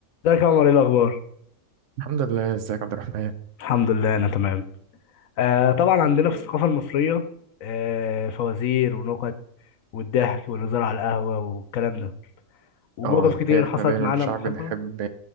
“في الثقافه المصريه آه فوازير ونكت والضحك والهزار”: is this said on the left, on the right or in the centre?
Left